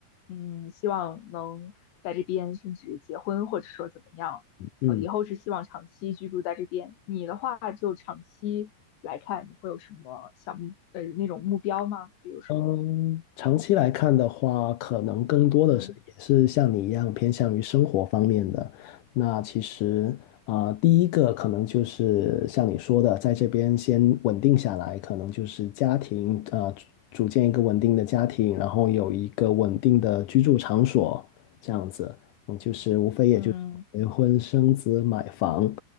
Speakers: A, on the left; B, on the left.
A: 嗯，希望能在这边甚至结婚，或者说怎么样，
B: 嗯。
A: 呃，以后是希望长期居住在这边。你的话就长期来看，你会有什么小目呃那种目标吗？比如说，
B: 嗯，长期来看的话，可能更多的是也是像你一样偏向于生活方面的。
A: 嗯
B: 那其实啊、呃第一个可能就是像你说的，在这边先稳定下来，可能就是家庭啊、呃组组建一个稳定的家庭，然后有一个稳定的居住场所，这样子，嗯，就是无非也就是结婚、
A: 嗯
B: 生子、买房。